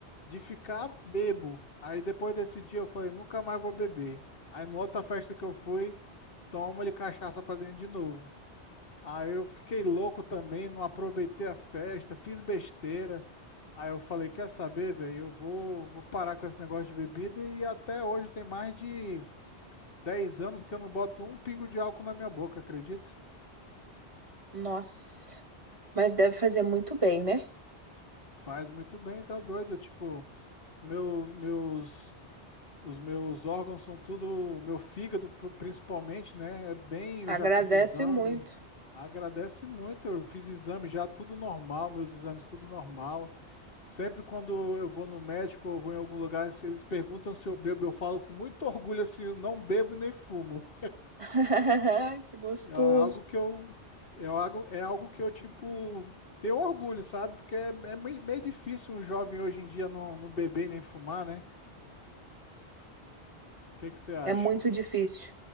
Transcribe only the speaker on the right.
Nossa, mas deve fazer muito bem, né?
Agradece
muito.
<laughs> Que gostoso.
É muito difícil.